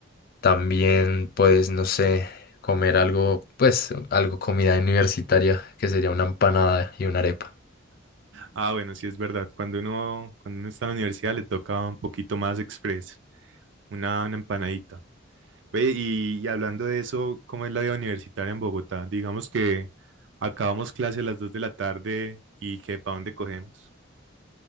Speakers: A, on the left; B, on the right.
A: También, puedes no sé, comer algo, pues, algo comida universitaria, que sería una empanada y una arepa.
B: Ah, bueno, sí es verdad. Cuando uno, cuando uno está en la universidad le toca un poquito más express, una, una empanadita. Ve, y, y hablando de eso, ¿cómo es la vida universitaria en Bogotá? Digamos que acabamos clase a las 2 de la tarde y que para dónde cogemos.